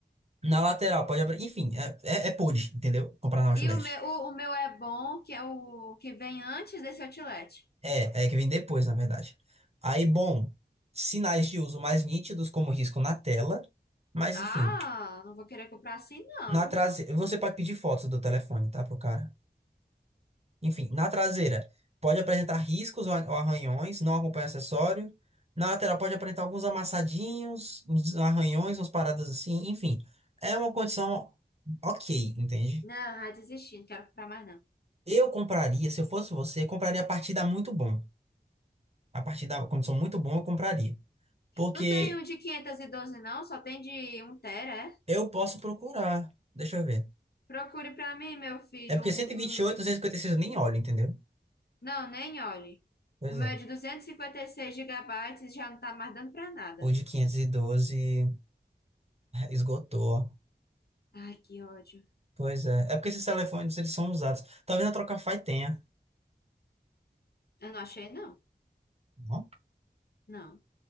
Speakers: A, on the right (about 35°); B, on the left (about 60°).
A: Na lateral pode... apre- Enfim, é, é, é pude, entendeu? Comprar na Outlet.
B: E o meu, o, o meu é bom, que é o que vem antes desse outlet.
A: É, é que vem depois, na verdade. Aí, bom, sinais de uso mais nítidos, como risco na tela. Mas,
B: Ah,
A: enfim,
B: não vou querer comprar assim, não.
A: na traseira... Você pode pedir fotos do telefone, tá, pro cara? Enfim, na traseira pode apresentar riscos ou a- ou arranhões, não acompanha acessório. Na lateral pode apresentar alguns amassadinhos, uns arranhões, umas paradas assim, enfim. É uma condição ok, entende?
B: Não, ah, desisti, não quero comprar mais, não.
A: Eu compraria, se eu fosse você, compraria a partir da muito bom. A partir da condição muito bom, eu compraria. Porque
B: Não tem um de 512, não, só tem de um tera, é?
A: eu posso procurar. Deixa eu ver.
B: Procure pra mim, meu filho,
A: É porque
B: um,
A: 128,
B: um-
A: 256 eu nem olho, entendeu?
B: Não, nem olhe.
A: Pois
B: O meu
A: é.
B: é de 256 gigabytes e já não tá mais dando pra nada.
A: O de 512 esgotou.
B: Ai, que ódio.
A: Pois é. É porque esses telefones, eles são usados. Talvez na Trocafy tenha.
B: Eu não achei, não.
A: Não?
B: Não.